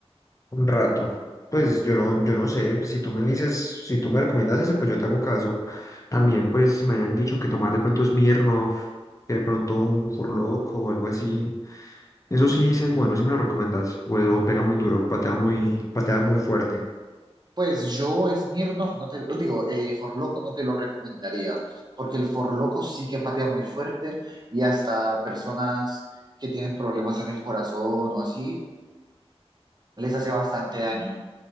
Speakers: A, on the left; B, on the right.
A: un rato. Pues yo no, yo no sé, pues, si tú me dices, si tú me recomiendas ese, pues yo te hago caso. También pues me habían dicho que tomar de pronto Smirnoff, que de pronto un Furloco o algo así. Eso sí, sí es bueno, sí me lo recomiendas. O eso pega muy duro, patea muy, patea muy fuerte.
B: Pues yo, Smirnoff, no te lo digo, eh, Forloco no te lo recomendaría, porque el Forloco sí que patea muy fuerte y hasta personas que tienen problemas en el corazón o así, les hace bastante daño.